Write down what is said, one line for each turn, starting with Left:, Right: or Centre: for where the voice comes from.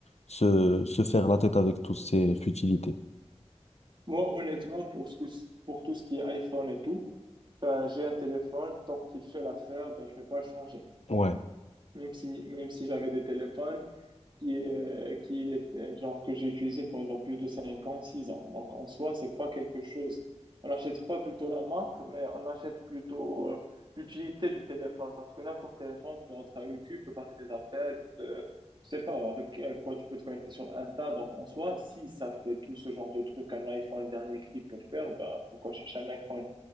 Left: se, se faire la tête avec toutes ces futilités.
Right: Moi, honnêtement, pour ce que, pour tout ce qui est iPhone et tout, ben, j'ai un téléphone. Tant qu'il fait l'affaire, ben, je vais pas le changer.
Left: Ouais,
Right: Même si, même si j'avais des téléphones qui, euh, qui est, euh, genre, que j'ai utilisé pendant plus de 5 ans, 6 ans. Donc, en soi, c'est pas quelque chose. On n'achète pas plutôt la marque, mais on achète plutôt euh, l'utilité du téléphone. Parce que n'importe quel téléphone peut entrer à YouTube, peut passer des appels, peut- je sais pas, avec euh, quoi tu peux te connecter sur Insta. Donc, en soi, si ça fait tout ce genre de trucs qu'un iPhone dernier cri peut faire, bah, pourquoi chercher un iPhone?